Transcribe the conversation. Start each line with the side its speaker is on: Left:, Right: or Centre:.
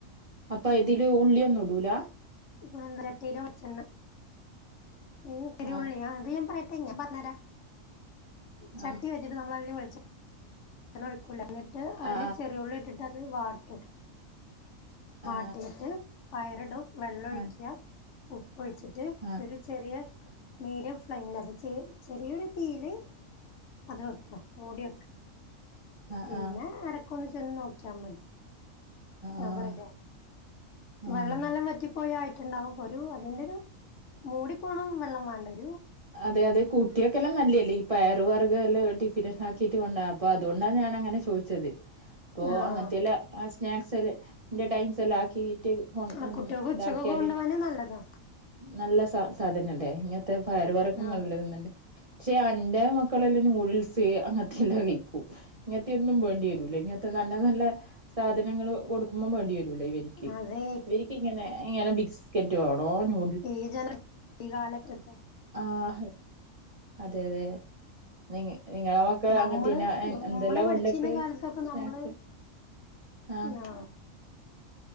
Right: അപ്പോൾ ഇതിൽ ഉള്ളിയൊന്നും ഇടൂല
Left: മൺചട്ടിയിലോ വെളിച്ചെണ്ണ പിന്നെ ഇത്തിരി
Right: ആ
Left: ഉള്ളി ആഅത് ഞാൻ പറയട്ടേ ഞാൻ പറഞ്ഞു തരാം ചട്ടി
Right: ആ
Left: വെച്ചിട്ട് നമ്മൾ അതിൽ വെളിച്ചെണ്ണ ഒഴിക്കൂലേ എന്നിട്ട് അതിൽ
Right: ആ ആ
Left: ചെറിയുള്ളി ഇട്ടിട്ടത് അത് വാട്ടും
Right: ആ
Left: വാട്ടിയിട്ട്
Right: ആ
Left: പയറിടും വെള്ളൊഴിക്കുക
Right: ആ
Left: ഉപ്പൊഴിച്ചിട്ട്
Right: ആ ആ
Left: ഒരു ചെറിയ മീഡിയം നല്ലത് ചെ ചെറിയൊരു തീയില് അത് വെക്കുക മൂടിവെക്കുക
Right: ആ
Left: പിന്നെ
Right: ആ
Left: അടക്കൊന്ന് ചെന്ന് നോക്കിയാൽ മതി ഞാൻ
Right: ആ
Left: പറയട്ടെ വെള്ളം
Right: ആ
Left: എല്ലാം വറ്റിപ്പോയയി ണ്ടാവും ഒരു അതിന്റെ ഒരു മൂടി പോണം വെള്ളം വേണ്ട ഒരു
Right: അതെ അതെ കൂട്ടിയെ ക്കെല്ലാം നല്ലതല്ലേ ഈ പയർ വർഗമെല്ലാം ടിഫൻ ക്കിട്ട് കൊണ്ടുപോണ് അതുകൊണ്ടാണ് ഞാൻങ്ങനെ ചോദിച്ചത് അപ്പൊ
Left: ആഹ്
Right: അങ്ങനത്തെല്ലാം ആ സ്നാക്സ്ല് എന്റെ ടൈംസ് എല്ലാം ആക്കിട്ട് ഹോ
Left: ആ
Right: അം
Left: കുട്ടികൾക്ക് ഉച്ചക്കൊക്കെ
Right: ഇതാക്കിയാല്
Left: കൊണ്ടുപോകാന് നല്ലതാ
Right: നല്ല സ സാധനല്ലേ ഇങ്ങനത്തെ പയർവർഗങ്ങളല്ലന്നണ്ട്
Left: ആ
Right: പക്ഷെ എന്റെറെ മക്കളെല്ലാം നൂഡിൽസ് അങ്ങനത്തെെല്ലാം കഴിക്കും ഇങ്ങനത്തെ ഇന്നും വേണ്ടി വരൂല്ല ഇങ്ങനത്തെ നല്ല നല്ല സാധനങ്ങൾ കൊടുക്കുമ്പോം വേണ്ടി വരും വരൂല ഇവരിക്ക്
Left: അതെ
Right: ഇവരിക്ക് ഇങ്ങനെ ഇങ്ങനെ ബിസ്കറ്റ് വേണോ നൂ
Left: ഈ ജനം ഈ കാലക്കത്തെ
Right: ആഹ് അതെ അതെ നി നിങ്ങള മക്കളങ്ങന
Left: നമ്മള്
Right: തിന്നാ
Left: നമ്മള്
Right: എന്തെല്ലാ
Left: പഠിച്ചിരുന്ന
Right: കൊണ്ടക്ക്
Left: കാലത്തൊക്കെ
Right: സ്നക്സ്
Left: നമ്മള്
Right: ആഹ്
Left: ആ